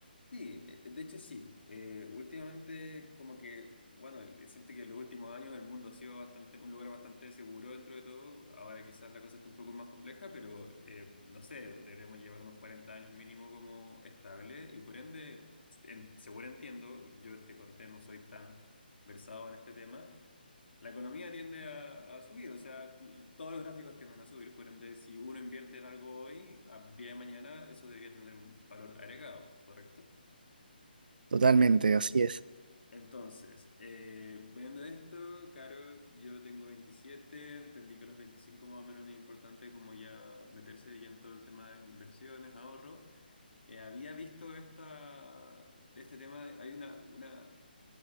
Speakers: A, on the left (about 85°); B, on the right (about 55°).
A: Sí, eh, de hecho sí. Eh, últimamente como que, bueno, el- siento que en los últimos años el mundo ha sido bastante, un lugar bastante seguro dentro de todo. Ahora quizás la cosa está un poco más compleja, pero eh, no sé, deberíamos llevar unos 40 años mínimo como estable y por ende, en- seguro entiendo, yo te conté, no soy tan versado en este tema. La economía tiende a, a subir, o sea, l- todos los gráficos tienden a subir, por ende, si uno invierte en algo hoy, a día de mañana eso debería tener un valor agregado, ¿correcto?
B: Totalmente,
A: Ent-
B: así es.
A: Entonces, eh, viendo esto, Caro, yo tengo veintisiete entendí que a los 25 más o menos es importante como ya meterse ya en todo el tema de inversiones, ahorro. Eh, había visto esta, este tema, de- hay una, una,